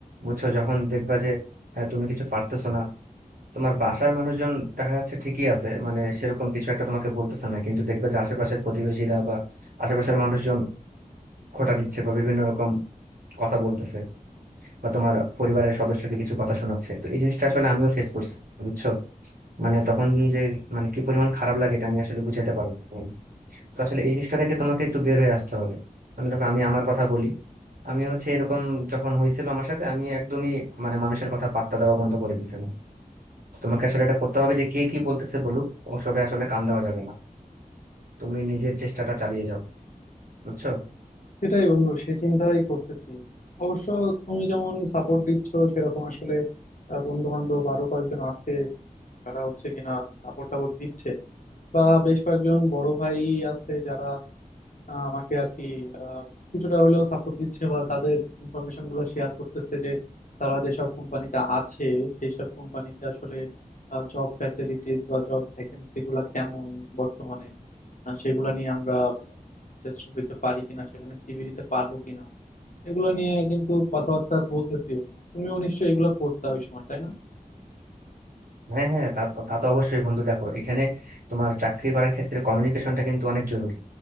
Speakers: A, on the right (about 85°); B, on the left (about 60°).
A: বুঝছো যখন দেখবা যে আহ, তুমি কিছু পারতেছো না তোমার বাসার মানুষজন দেখা যাচ্ছে ঠিকই আছে মানে সেরকম কিছু একটা তোমাকে বলতেছে না কিন্তু দেখবে যে আশেপাশের প্রতিবেশীরা বা আশেপাশের মানুষজন খোঁটা দিচ্ছে বা বিভিন্ন রকম কথা বলতেছে বা তোমার পরিবারের সদস্যকে কিছু কথা শোনাচ্ছে তো এই জিনিসটা আসলে আমিও ফেস করছি বুঝছো মানে তখন যে মানে কি পরিমাণ খারাপ লাগে এটা আমি আসলে বুঝাতে পারবো না তো আসলে এই জিনিসটা থেকে তোমাকে একটু বের হয়ে আসতে হবে মানে দেখো আমি আমার কথা বলি আমি হচ্ছে এরকম যখন হয়েছিল আমার সাথে আমি একদমই মানে মানুষের কথা পাত্তা দেওয়া বন্ধ করে দিয়েছিলাম তো তোমাকে আসলে এটা করতে হবে যে কে কি বলতেছে বলুক ওসবে আসলে কান দেওয়া যাবে না তুমি নিজের চেষ্টাটা চালিয়ে যাও বুঝছো
B: সেটাই বন্ধু সে চিন্তাই করতেছি অবশ্য তুমি যেমন সাপোর্ট দিচ্ছ সেরকম আসলে বন্ধু বান্ধব আরো কয়েকজন আছে যারা হচ্ছে কিনা সাপোর্ট টাপোর্ট দিচ্ছে বা বেশ কয়েকজন বড় ভাই আছে যারা আহ, আমাকে আর কি আহ, কিছুটা হলেও সাপোর্ট দিচ্ছে বা তাদের ইনফরমেশন গুলো শেয়ার করতেছে যে তারা যেসব কোম্পানিতে আছে সেই সব কোম্পানিতে আসলে জব ফ্যাসিলিটিস বা জব ভ্যাকেন্সি গুলা কেমন বর্তমানে আহ, সেগুলা নিয়ে আমরা ইন্টারেস্টেড হইতে পারি কিনা সেখানে সিভি দিতে পারবো কিনা এগুলা নিয়ে কিন্তু কথাবার্তা বলতেছি তুমিও নিশ্চয়ই এগুলো করতে ওই সময় তাই না
A: হ্যাঁ হ্যাঁ তা তো তা তো অবশ্যই বন্ধু দেখো এখানে তোমার চাকরি করার ক্ষেত্রে কমিউনিকেশনটা কিন্তু অনেক জরুরি